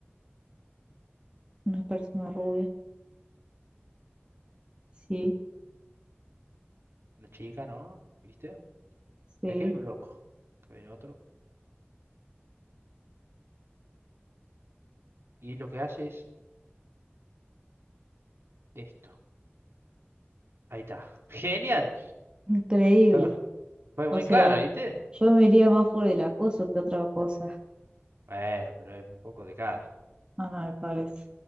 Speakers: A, on the right; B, on the right.
A: una persona rubia. Sí,
B: Una chica, ¿no? ¿Viste?
A: sí.
B: Y aquí viene un loco. Aquí viene otro. Y lo que hace es esto. Ahí está. <laughs> Genial.
A: Increíble.
B: Fue, fue
A: O
B: muy
A: sea,
B: claro, ¿viste?
A: yo me iría más por el acoso que otra cosa.
B: Bueno, pero es un poco de cada,
A: Ah, no, me parece.